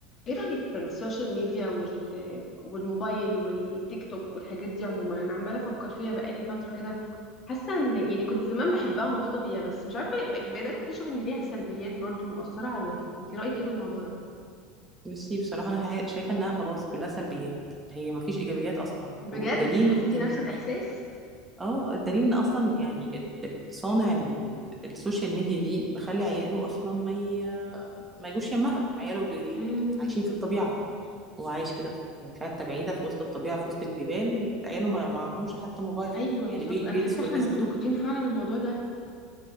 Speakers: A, on the left; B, on the right.
A: ايه رأيك في السوشيال ميديا وال... والموبايل والتيك توك والحاجات دي عموما انا عمالة افكر فيها بقالي فترة كده حاسة ان يعني كنت زمان بحبها ومبسوطة بيها بس مش عارفة ليه بدأت اكتشف ان ليها سلبيات برضو ومؤثرة على الواحد انت رأيك ايه في الموضوع ده
B: بصي بصراحة أنا حي- شايفة إنها خلاص كلها سلبيات هي مفيش إيجابيات أصلا
A: بجد
B: والدليل
A: يعني حسيتي
B: إن-
A: نفس الاحساس
B: اه الدليل إن أصلا يعني ال- ال- صانع ال- السوشيال ميديا دي مخلي عياله أصلا ما ي... ما يجوش يمها عياله بي...
A: امم
B: عايشين في الطبيعة هو عايش كده في في حتة بعيدة في وسط الطبيعة في وسط الجبال عياله ما معهمش حتى موبايل
A: ايوه
B: يعني
A: بالظبط
B: بيل
A: انا
B: جيتس
A: حاسة
B: والناس
A: احنا مفتقدين
B: دي
A: فعلا الموضوع ده